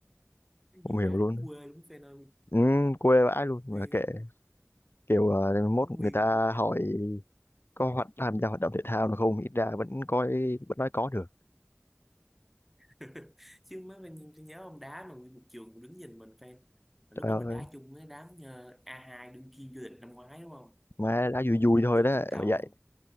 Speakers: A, in the centre; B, on the left.
A: Cái
B: Không
A: Vô
B: hiểu
A: đá
B: luôn.
A: đúng quê đúng Phan ơi.
B: Ừ, quê vãi luôn
A: Nguyên,
B: mà kệ kiểu ờ, mốt
A: nguyên.
B: người ta hỏi có hoạt tham gia hoạt động thể thao nào không ít ra vẫn coi vẫn nói có được
A: <laughs> Chứ mới mình tôi nhớ ông đá mà nguyên một trường đứng nhìn mình Phan. Lúc
B: trời
A: đó mình
B: ơi
A: đá chung với đám ờ, a hai đương kim vô địch năm ngoái đúng không?
B: mà đá
A: nắm
B: vui vui
A: đi một
B: thôi
A: trường
B: đó
A: đứng coi
B: mà vậy